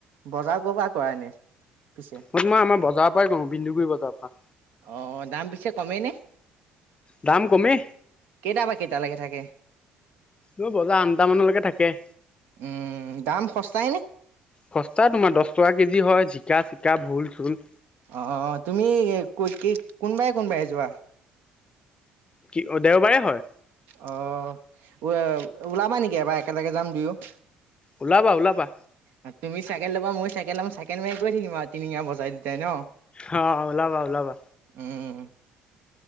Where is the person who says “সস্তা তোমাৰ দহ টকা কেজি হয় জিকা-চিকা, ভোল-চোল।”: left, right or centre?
Left